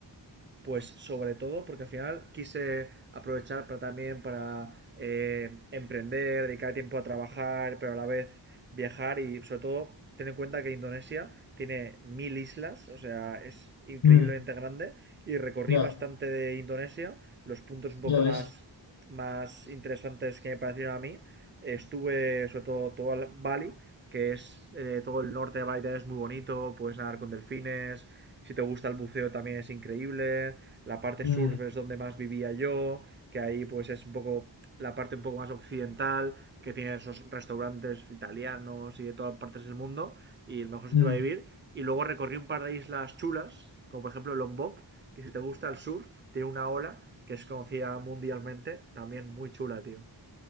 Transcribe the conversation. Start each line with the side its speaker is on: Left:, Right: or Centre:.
Right: Pues sobre todo porque al final quise aprovechar para también para eh, emprender, dedicar tiempo a trabajar, pero a la vez viajar y sobre todo ten en cuenta que Indonesia tiene mil islas, o sea, es increíblemente
Left: Mm,
Right: grande y recorrí
Left: ya.
Right: bastante de Indonesia, los puntos un poco
Left: Ya ves.
Right: más, más interesantes que me parecieron a mí. Estuve sobre todo todo el Bali, que es eh, todo el norte de Bali es muy bonito, puedes nadar con delfines, si te gusta el buceo también es increíble. La parte
Left: Mm,
Right: surf es donde más vivía yo, que ahí pues es un poco la parte un poco más occidental, que tiene esos restaurantes italianos y de todas partes del mundo, y el mejor sitio
Left: mm,
Right: para vivir. Y luego recorrí un par de islas chulas, como por ejemplo Lombok, que si te gusta el surf, tiene una ola que es conocida mundialmente, también muy chula, tío.